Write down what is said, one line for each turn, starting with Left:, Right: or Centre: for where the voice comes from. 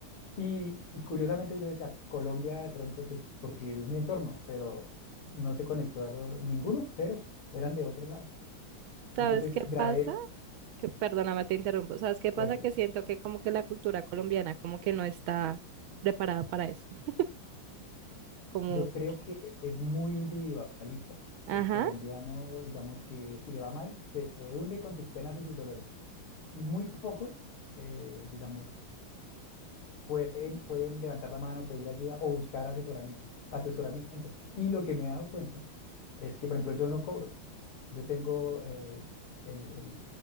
Left: Y, y curiosamente yo decía, Colombia de pronto, pues porque es mi entorno, pero no se conectó ninguno, cero, eran de otros lados.
Right: ¿Sabes
Left: Entonces
Right: qué
Left: grabé,
Right: pasa? Te- Perdóname, te interrumpo. ¿Sabes qué pasa?
Left: tranqui,
Right: Que siento que como que la cultura colombiana como que no está preparada para eso. <laughs> Como,
Left: yo creo que es muy individualista.
Right: ajá,
Left: El colombiano, digamos que si le va mal, se hunde con sus penas y sus dolores. Y muy pocos, eh, digamos, pueden, pueden levantar la mano, pedir ayuda o buscar asesoramiento, asesoramiento. Y lo que me he dado cuenta es que, por ejemplo, yo no cobro. Yo tengo eh, el, el,